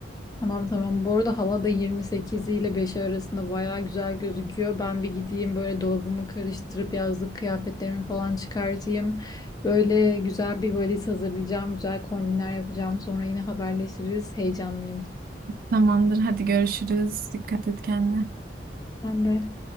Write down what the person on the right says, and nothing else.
Tamamdır. Hadi görüşürüz. Dikkat et kendine.